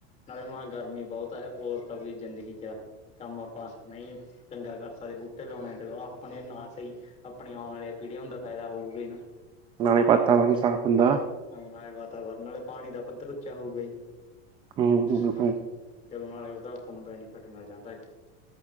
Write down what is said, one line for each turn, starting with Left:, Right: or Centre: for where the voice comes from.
Left: ਨਾਲੇ ਮਹਾਂ ਗਰਮੀ ਬੌਤ ਐ ਹੋਰ ਤਾਂ ਕੋਈ ਜ਼ਿੰਦਗੀ ਚ ਕੰਮ ਆਪਾਂ ਨਈ ਚੰਗਾ ਕਰ ਸਕਦੇ ਬੂਟੇ ਲੋਣੇ ਚਲੋ ਆਪਨੇ ਨਾ ਸਈ ਆਪਨੇ ਔਣ ਅਲੇ ਪੀੜ੍ਹੀਆਂ ਨੂੰ ਤਾ ਫੈਦਾ ਹੋਊਗੀ ਨਾ।
Right: ਨਾਲੇ ਵਾਤਾਵਰਨ ਵੀ ਸਾਫ਼ ਹੁੰਦਾ।
Left: ਹੂੰ ਨਾਲੇ ਵਾਤਾਵਰਨ ਨਾਲੇ ਪਾਨੀ ਦਾ ਪੱਧਰ ਉੱਚਾ ਹੋਊਗਾ ਜੀ।
Right: ਹੂੰ ਹੂੰ
Left: ਹਨਾ ਚਲ ਨਾਲੇ ਓਦਾ ਆਪਾਂ ਨੂੰ ਬੈਨੀਫਿਟ ਮਿਲ ਜਾਂਦਾ ਐ ਗਾ।